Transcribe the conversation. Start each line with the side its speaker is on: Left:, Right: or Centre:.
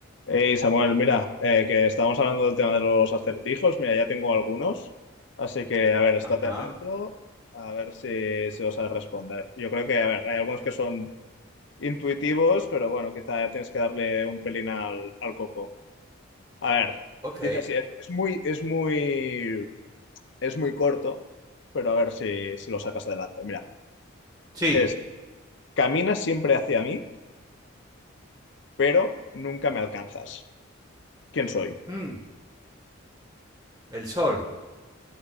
Left: Hey Samuel, mira, eh, que estábamos hablando del tema de los acertijos. Mira, ya tengo algunos, así que a ver, estate
Right: Ajá.
Left: atento, a ver si, si los sabes responder. Yo creo que, a ver, hay algunos que son intuitivos, pero bueno, quizá tienes que darle un pelín al, al coco. A ver,
Right: Ok.
Left: dice así, es muy, es muy, es muy corto, pero a ver si, si lo sacas adelante. Mira,
Right: Sí,
Left: es, caminas siempre hacia mí, pero nunca me alcanzas. ¿Quién soy?
Right: Hmm. el sol.